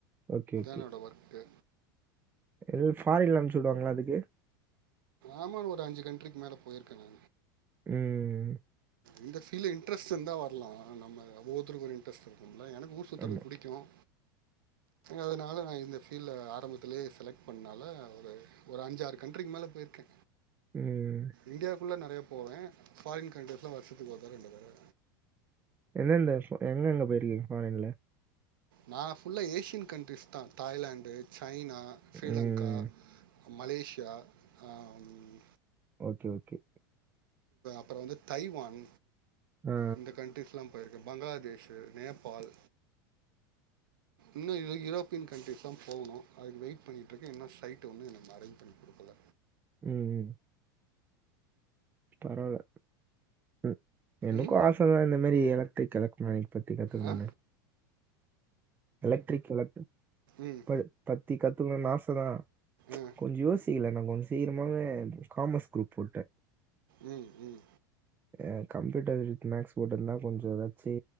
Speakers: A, on the right (about 15°); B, on the right (about 80°).
A: ஓக்கே ஓகே
B: என்னோடய ஒர்க்கு
A: ல் ஃபாரின்லா அம்ச்சிவுடுவாங்கள அதுக்கு
B: ஆமா நா ஒரு அஞ்சு கண்டரிக்கு மேல போயிருக்கேங்கே
A: ம்
B: இந்த ஃபீல்ட் இன்ரெஸ்ட் இருந்தா வரலம் நம்ம ஒவ்வொருத்தருக்கு ஒரு இன்ரஸ்ட் இருக்கும்ல எனக் ஊர் சுத்தறது
A: ஆமா.
B: புடிக்கும் அதனால நா இந்த ஃபீல்ட் ஆரம்பத்துலயே செலக்ட் பன்னாலா ஒரு அஞ்சு ஆறு கண்ட்ரிக்கு மேலே போயிருக்கே
A: ம்.
B: இண்டியா க்குள்ள நெறையா போவே ஃபாரின் கண்ட்ரிஸ்லா வருஷத்துக்கு ஒரு தடவ ரெண்டு தடவ
A: எந்தெந்த ஃபா எங்க எங்க போயிருக்கீங்க ஃபாரின்ல?
B: நா ஃபுல்லா ஏசியன் கண்ட்ரீஸ்தா தாய்லாந்து சைனா ஸ்ரீலங்கா
A: ம்.
B: மலேசியா அம்
A: ஓகே ஓகே
B: அப்புற வந்து தைவான்
A: ஆ.
B: இந்த கண்ட்ரீஸ்லா போயிருக்கே பங்களாதேஷு நேபாள் இன்னு யூ யூரோப்பியன் கண்ட்ரீஸ்லா போகணு அதுக்கு வெயிட் பண்ணிட்டுருக்கே இன்னு சைட் வந்து எனக்கு இன்னு அரேஞ்ச் பண்ணி குடுக்கல
A: ம் ம் பரவா ம் எனக்கு
B: ம்
A: ஆசதா இந்த மாரி எலக்ட்ரிக் எலக்ட்ரானிக் பத்தி கத்துக்கணுன்னு
B: ஆ
A: எலக்ட்ரிக் எலக்ட்ரா
B: ம்
A: ப பத்தி கத்துக்கணுன்னு ஆசதா
B: ஆ
A: கொஞ்ச யோசிக்கல நா கொஞ்ச சீக்கிரமாவே காமர்ஸ் குரூப் போட்டுட்டே
B: ம் ம்
A: ஆ கம்ப்யூட்டர் வித் மேக்ஸ் போட்ருந்தா கொஞ்ச ஏதாச்சி